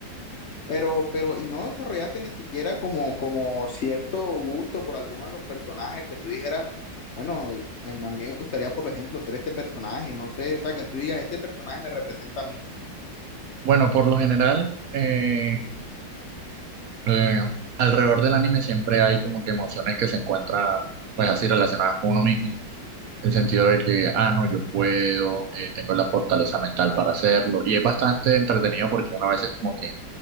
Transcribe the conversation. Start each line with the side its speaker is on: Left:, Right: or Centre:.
Left: Pero, pero, y no desarrollaste ni siquiera como, como cierto gusto por alguno de los personajes que tú dijeras, bueno, eh, a mí me gustaría, por ejemplo, ser este personaje, no sé, o sea, que tú digas, este personaje me representa a mí.
Right: Bueno, por lo general, eh, eh, alrededor del anime siempre hay como que emociones que se encuentran pues así relacionadas con uno mismo. El sentido de que, ah, no, yo puedo, eh, tengo la fortaleza mental para hacerlo. Y es bastante entretenido porque una vez es como que